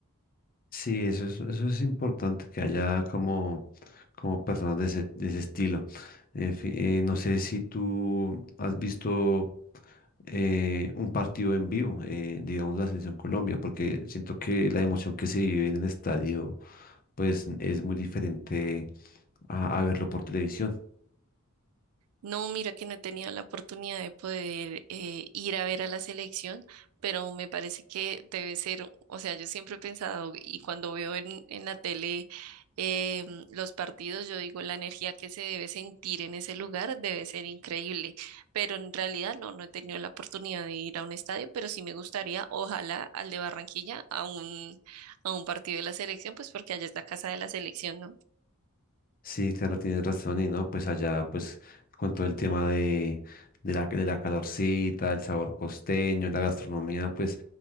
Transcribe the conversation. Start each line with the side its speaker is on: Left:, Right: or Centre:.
Left: Sí, eso es, eso es importante, que haya como, como personas de ese, de ese estilo. Eh, fi- eh, no sé si tú has visto eh, un partido en vivo, eh, digamos la Selección Colombia, porque siento que la emoción que se vive en el estadio, pues es muy diferente a, a verlo por televisión.
Right: No, mira que no he tenido la oportunidad de poder eh, ir a ver a la selección, pero me parece que debe ser, o sea, yo siempre he pensado y cuando veo en, en la tele eh, los partidos, yo digo, la energía que se debe sentir en ese lugar debe ser increíble, pero en realidad no, no he tenido la oportunidad de ir a un estadio, pero sí me gustaría, ojalá, al de Barranquilla, a un, a un partido de la selección, pues porque allá es la casa de la selección, ¿no?
Left: Sí, claro, tienes razón, y no, pues allá, pues, con todo el tema de, de la, de la calorcita, el sabor costeño, la gastronomía, pues,